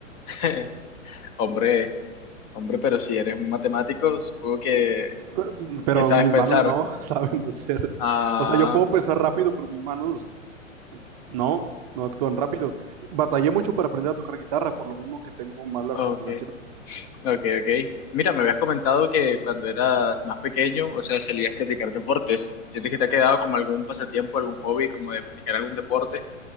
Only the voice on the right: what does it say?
Eh, Pero
mis
manos no <laughs> saben hacer.
O sea, yo puedo pensar rápido, pero mis manos no, no actúan rápido. Batallé mucho para aprender a tocar guitarra, por lo mismo que tengo mala
coordinación.